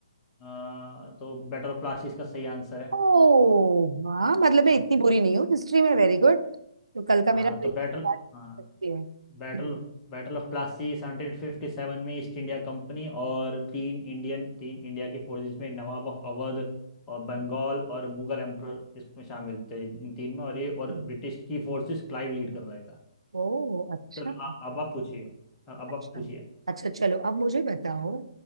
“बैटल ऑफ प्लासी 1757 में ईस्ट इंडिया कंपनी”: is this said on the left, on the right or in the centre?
Left